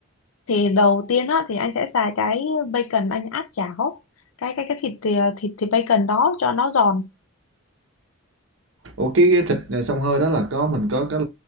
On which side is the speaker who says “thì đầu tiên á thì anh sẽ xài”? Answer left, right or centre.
Left